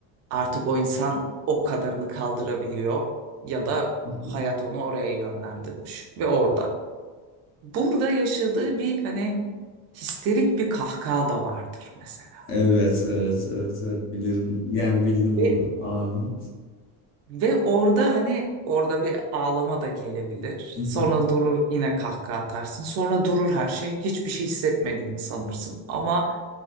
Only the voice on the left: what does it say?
hı
hı.
Evet, evet, evet, evet bilirim. Yani bildim
o an.
Hı hı,